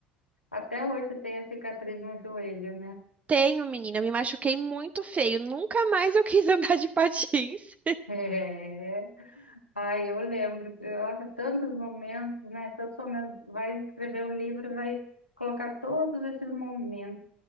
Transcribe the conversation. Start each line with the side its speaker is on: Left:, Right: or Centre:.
Left: até hoje tem a cicatriz no joelho, né?
Right: Tenho, menina, me machuquei muito feio. Nunca mais eu quis <laughs> andar de patins.
Left: <laughs> É. Ai, eu lembro, nossa, tantos momentos, né? Tantos momentos. Vai escrever um livro, vai colocar todos esses momentos.